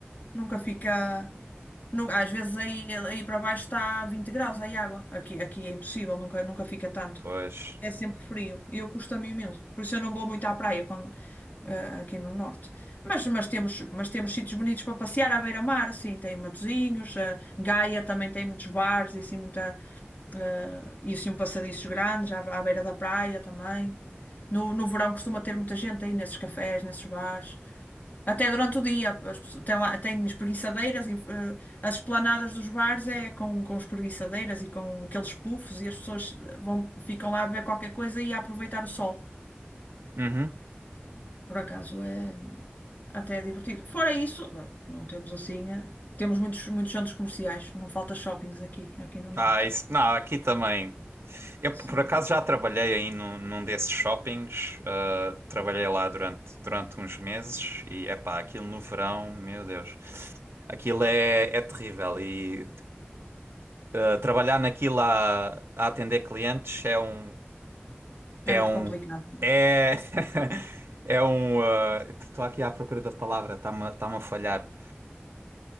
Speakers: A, on the left; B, on the right.
A: Nunca fica. nu- às vezes aí, aí para baixo está 20 graus aí água. Aqui, aqui é impossível, nunca, nunca fica tanto.
B: Pois.
A: É sempre frio e eu custa-me imenso. Por isso eu não vou muito à praia quando, eh, aqui no norte. Mas, mas temos, mas temos sítios bonitos para passear à beira-mar, assim, tem Matosinhos, eh, Gaia também tem muitos bares e assim, muita, eh, e assim um passadiços grandes à, à beira da praia também. No, no verão costuma ter muita gente aí nesses cafés, nesses bares. Até durante o dia, as pessoas- tem, lá- tem espreguiçadeiras, em- eh, as esplanadas dos bares é com, com espreguiçadeiras e com aqueles puffs e as pessoas eh, vão, ficam lá a beber qualquer coisa e a aproveitar o sol.
B: Uhum.
A: Por acaso é até divertido. Fora isso, eh, não temos assim, eh, temos muitos, muitos centros comerciais, não falta shoppings aqui, aqui no norte.
B: Ah, isso, não, aqui também. Eu
A: Isso
B: por
A: não
B: acaso
A: falta.
B: já trabalhei aí num, num desses shoppings. ah, trabalhei lá durante, durante uns meses e epá, aquilo no verão, meu Deus, aquilo é, é terrível. E ah, trabalhar naquilo a, a atender clientes é um, é
A: É muito
B: um,
A: complicado. né?
B: é, <laughs> é um. ah, Estou aqui à procura da palavra, está-me, está-me a falhar.